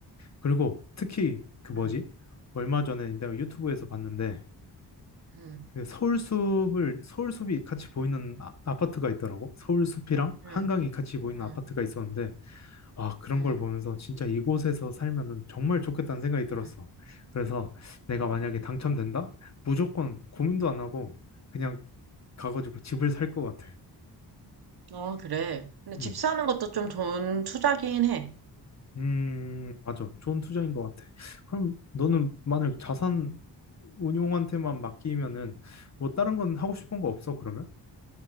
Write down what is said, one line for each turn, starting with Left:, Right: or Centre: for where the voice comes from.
Left: 그리고 특히 그 뭐지?
Right: 음,
Left: 얼마 전에 내가 유튜브에서 봤는데
Right: 응,
Left: 그 서울숲을 서울숲이 같이 보이는 아, 아파트가 있더라고. 서울숲이랑 한강이
Right: 응,
Left: 같이 보이는
Right: 응,
Left: 아파트가 있었는데 아 그런
Right: 응,
Left: 걸 보면서 진짜 이곳에서 살면은 정말 좋겠다는 생각이 들었어.
Right: 응.
Left: 그래서 내가 만약에 당첨된다? 무조건 고민도 안 하고 그냥 가가지고 집을 살 것 같아.
Right: 어, 그래. 근데
Left: 음,
Right: 집 사는 것도 좀 좋은 투자긴 해.
Left: 음, 맞아. 좋은 투자인 것 같아. 그럼 너는 만약 자산 운용한테만 맡기면은 뭐 다른 건 하고 싶은 거 없어, 그러면?